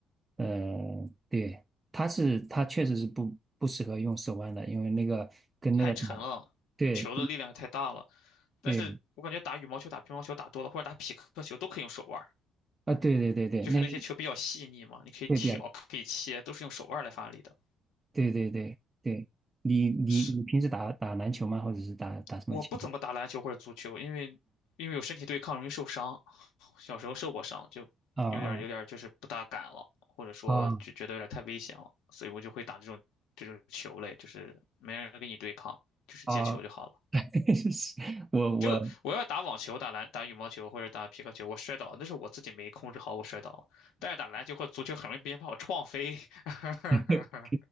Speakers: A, on the right (about 25°); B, on the left (about 80°).
A: 呃，对，他是他确实是不不适合用手腕的，因为那个跟那个打，
B: 太沉了，
A: 对
B: 球的力量也太大了。但是我感觉打羽毛球、
A: 对
B: 打乒乓球打多了，或者打匹克球都可以用手腕儿，
A: 啊，对对对对，
B: 就是那些球比较细腻嘛，
A: 那
B: 你可以挑，
A: 对比，
B: 可以切，都是用手腕儿来发力的。
A: 对对对对，你你你平时打打篮球吗？
B: 是，
A: 或者是打打什么球？
B: 我不怎么打篮球或者足球，因为因为有身体对抗容易受伤，小时候受过伤，就有点儿有点儿就是不大敢了，
A: 啊啊
B: 或者说就觉得有点儿太危险了，
A: 啊
B: 所以我就会打这种这种球类，就是没人跟你对抗，就是接球就好了。
A: 啊！<laughs> 我我
B: 就我要打网球、打篮、打羽毛球或者打皮克球，我摔倒那是我自己没控制好，我摔倒了但是打篮球或足球很容易别人把我撞飞，<laughs>
A: <laughs>